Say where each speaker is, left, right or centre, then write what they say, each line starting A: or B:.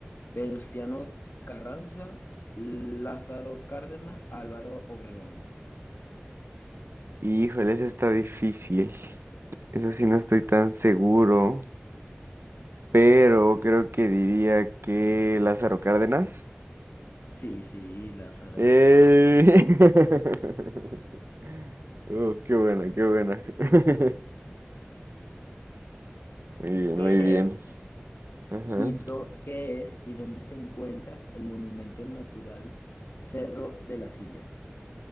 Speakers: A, on the left; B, on the right.
A: Venustiano Carranza, Lázaro Cárdenas, Álvaro Obregón.
B: Híjole, eso está difícil. Eso sí no estoy tan seguro, pero creo que diría que Lázaro Cárdenas.
A: Sí, sí, Lázaro.
B: ¡Eh! <laughs> Uh, qué buena, qué buena. <laughs> Muy bien,
A: ¿Qué
B: muy
A: es
B: bien. Ajá.
A: y dó- qué es y dónde se encuentra el monumento natural Cerro de la Silla?